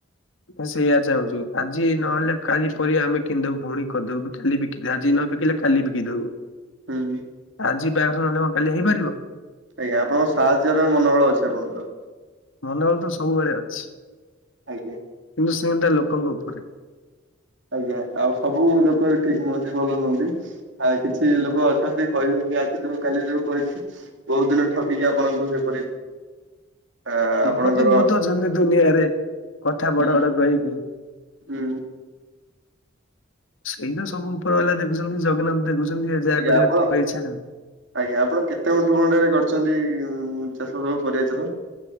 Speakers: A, on the left; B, on the right.
A: <unintelligible> ମୁଁ ସେଇଆ ଚାହୁଁଚୁ। ଆଜି ନହେଲେ କାଲି ପରିବା ଆମେ କିଣିିଦବୁ ପୁଣି କରିଦବୁ କାଲି ବିକି ଆଜି ନବିକି ବିକିଲେ ଖାଲି ବିକି ଦବୁ।
B: ହୁଁ।
A: ଆଜି ବାହାଘର ନହେଲେ କଣ କାଲି ହେଇପାରିବ।
B: ଆଜ୍ଞା। ଆପଣଙ୍କ ସାହାଯ୍ୟର ମନୋବଳ ଅଛି ଆପଣଙ୍କର।
A: ମନୋବଳ ତ ସବୁବେଳେ ଅଛି।
B: ଆଜ୍ଞା।
A: କିନ୍ତୁ ସେନ୍ତିଆ ଲୋକଙ୍କ ଉପରେ।
B: ଆଜ୍ଞା ଆଉ ସବୁ ଲୋକ ବି ଠିକ୍ ନୁହଁନ୍ତି ଭଲ ନୁହଁନ୍ତି। ଆ କିଛି ଲୋକ ଅଛନ୍ତି କହିବେ କି ଆଜିକାଲି କାଲି ଯଉ କହିଛି ବହୁତ ଦିନ ଠକିକି ଆପଣଙ୍କୁ ସେପରି ଆ
A: ଲୋକ
B: ଆପଣଙ୍କର
A: ତ ବହୁତ ଅଛନ୍ତି ଦୁନିଆରେ, କଥା ବଡ
B: ହୁଁ
A: ବଡ କହିକି
B: ହୁଁ।
A: ସେଇ ତ ସବୁ ଉପର ବାଲା ଦେଖୁଛନ୍ତି ଜଗନ୍ନାଥ ଦେଖୁଛନ୍ତି ଯାହା
B: ଆଜ୍ଞା
A: କରିବେ
B: ଆପଣ
A: ତାଙ୍କ ଇଚ୍ଛା।
B: ଆଜ୍ଞା। ଆପଣ କେତେ ଗୁଣ୍ଠୁ ଖଣ୍ଡେ ରେ କରିଛନ୍ତି ଚାଷ ସବୁ ପରିବା ଚାଷ?